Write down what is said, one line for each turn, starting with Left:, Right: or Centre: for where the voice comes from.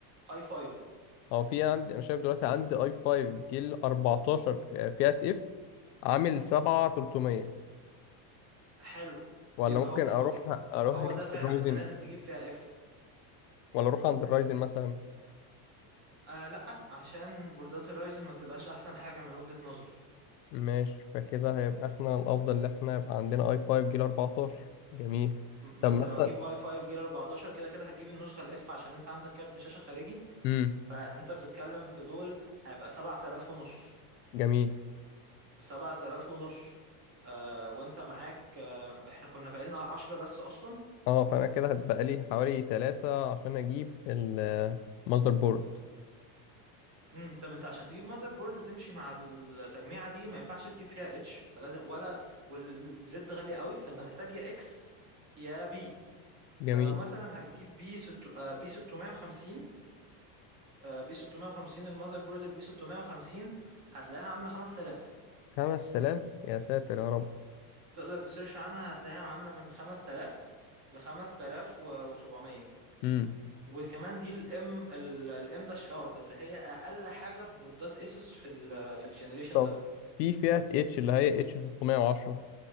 Right: اي 5
Left: هو في عندي انا شايف دلوقتي عندي اي 5 جيل 14 آه، فئة اف عامل 7300
Right: حلو
Left: ولا
Right: بيبقى
Left: ممكن
Right: هو
Left: اروح
Right: هو كده
Left: اروح
Right: هو
Left: ناحية
Right: ده فعلا
Left: الرايزن
Right: انت لازم تجيب فيها اف
Left: ولا اروح عند الرايزن مثلا
Right: آه لا عشان بوردات الرايزن ما بتبقاش احسن حاجة من وجهة نظري
Left: ماشي فكده هيبقى احنا الافضل ان احنا يبقى عندنا اي 5 جيل 14 جميل
Right: م-
Left: طب
Right: ما انت
Left: مثلا
Right: لو هتجيب اي 5 جيل 14 كده كده هتجيب النسخة الاف عشان انت عندك كارت شاشة خارجي
Left: امم
Right: فانت بتتكلم في دول هيبقى 7000 ونص
Left: جميل
Right: 7000 ونص آه وانت معاك آه احنا كنا باقي لنا 10 بس اصلا
Left: اه فانا كده هتبقى لي حوالي ثلاثة عشان اجيب المذر بورد
Right: امم طب انت عشان تجيب ماذر بورد تمشي مع التجميعه دي ما ينفعش تجيب فيها اتش فلازم ولا والزد غاليه قوي فانت محتاج يا اكس يا بي فلو
Left: جميل
Right: مثلا هتجيب بي ست آه بي 650 آه بي 650 الماذر بورد البي 650 هتلاقيها عامله 5000
Left: خمس تلاف يا ساتر يا رب
Right: تقدر تسيرش عنها هتلاقيها عاملة من 5000 ل 5700
Left: امم
Right: وكمان دي الام الام داش ار اللي هي اقل حاجه في بوردات ايسوس في ال في الجنريشن
Left: طب
Right: ده
Left: في فئة اتش اللي هي اتش 610